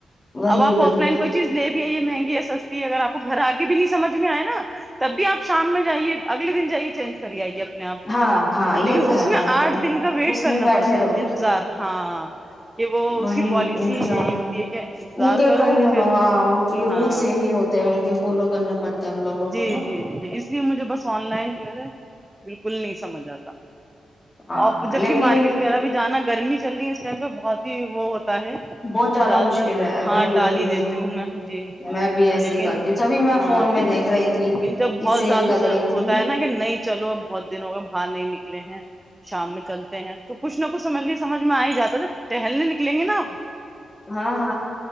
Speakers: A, on the left; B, on the right.
A: وہی
B: اب آپ آف
A: وہی
B: لائن
A: وہی
B: کوئی چیز لے بھی ہے یہ مہنگی اصل اگر آپ کو گھر آگے بھی نہیں سمجھ میں آئے نا تب بھی آپ شام میں جے اگلے دن جائیے چینج کر آئیے اپنے آپ
A: ہاں ہاں یہ
B: لیکن
A: تو ہے
B: اس
A: ہمارے
B: میں آٹھ
A: پاس
B: دن کا ویٹ
A: اس
B: کرنا
A: میں بیٹھے
B: پڑتا
A: رہو
B: انتظار ہاں کہ وہ
A: وہی
B: اس کی پالیسی
A: انتظام
B: یہی ہوتی ہے انتظار
A: ان کے
B: کرو پھر
A: ہاں ان کے رولس
B: ہاں
A: یہی ہوتے ہیں ان کے فالو کرنے پڑتے ہیں ہم لوگوں
B: جی
A: کو نا
B: جی جی جی اس لیے مجھے بس آن لائن جو ہے بالکل نہیں سمجھ آتا
A: ہاں
B: اور جبک
A: لیکن
B: مارکیٹ میں میرا بھی جانا گرمی چل رہی ہے پہ بہت ہی وہ ہے
A: بہت زیادہ مشکل
B: تر
A: ہے
B: ہاں
A: وہی
B: ٹالی
A: وہی وہیب
B: دیتی ہوں میں جی
A: میں بھی ایسے
B: لیکن
A: ہی کرتی ہوں سبھی میں
B: ہاں
A: فون میں دیکھ رہی تھی
B: لیکن جب
A: کی
B: بہت
A: سیل
B: زیادہ
A: لگ رہی تھی
B: ہوتا ہے نا کہ نہیں چلو اب بہت دنوں گئے باہر نہیں نکلے ہیں شام میں چلتے ہیں تو کچھ نہ کو سمجھ لی سمجھ میں آ ہی جاتا جب ٹہلنے نکلیں گے ناپ
A: ہاں